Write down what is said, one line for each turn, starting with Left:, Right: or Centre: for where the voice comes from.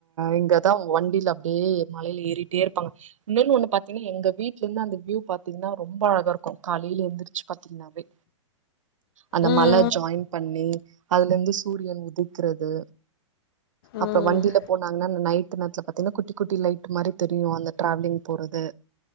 Right: இங்கதா வண்டில அப்டியே மழைல ஏறிட்டே இருப்பாங்க இன்னோனு ஒன்னு பாத்தீங்னா எங்க வீட்லந்து அந்த வியூ பாத்தீங்னா ரொம்ப அழகா இருக்கு காலேல எந்திரு ச்சு பாத்தீங்ன்னாவே அந்த
Left: ம் ம் ம்
Right: மல ஜாய்ன் பண்ணி அதுலர்ந்து சூரியன் உதிக்றது
Left: ம்
Right: அப்றோ வண்டில
Left: ம் ம்
Right: போனாங்கன் நைட்டு நேர்த்ல பாத்தீங்னா குட்டி குட்டி லைட்டு மாரி தெரியு அந்த டிராவ்லிங் போறது